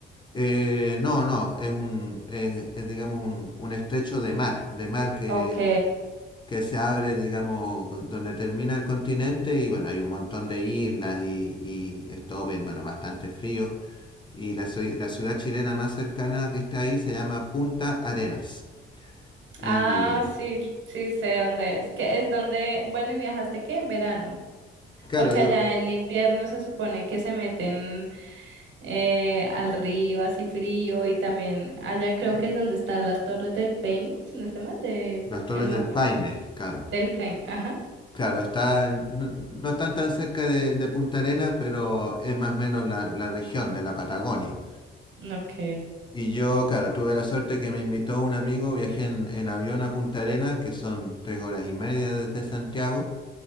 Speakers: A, on the left; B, on the right.
A: eh, no, no, es un, es, es, digamos un, un estrecho de mar, de mar que
B: Ok.
A: que se abre, digamos, donde termina el continente y bueno, hay un montón de islas y, y es todo bien, bueno, bastante frío. Y la, ciu- la ciudad chilena más cercana que está ahí se llama Punta Arenas. Y
B: Ah, sí, sí sé dónde es. Que es donde, bueno, ¿y viajaste qué? En verano.
A: claro,
B: Porque
A: yo,
B: allá en invierno se supone que se meten eh, al río así frío y también allá creo que es donde están las torres de Paine, si no estoy mal, de,
A: las Torres
B: eh, no me
A: del
B: acuerdo,
A: Paine, claro.
B: del Paine, ajá,
A: Claro, están, no, no están tan cerca de, de Punta Arenas, pero es más o menos la, la región de la Patagonia.
B: ok.
A: Y yo, claro, tuve la suerte que me invitó un amigo, viajé en, en avión a Punta Arenas, que son tres horas y media desde Santiago.